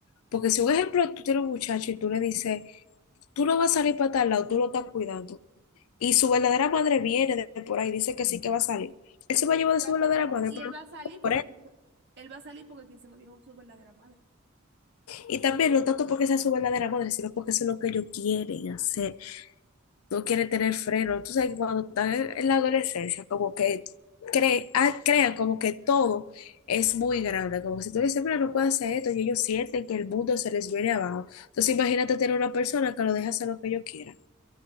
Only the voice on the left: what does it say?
Porque si un ejemplo, tú tienes un muchacho y tú le dices, tú no vas a salir para tal lado, tú lo estás cuidando. Y su verdadera madre viene de de por ahí, dice que sí que va a salir. Él se va a llevar de su
verdadera
madre,
pero
no
por él.
Y también, no tanto porque sea su verdadera madre, sino porque eso es lo que ellos quieren hacer. No quieren tener freno. Tú sabes que cuando están en en la adolescencia, como que creen, ah, crean como que todo es muy grande. Como si tú le dices, mira, no puedo hacer esto, y ellos sienten que el mundo se les viene abajo. Entonces, imagínate tener una persona que lo deja hacer lo que ellos quieran.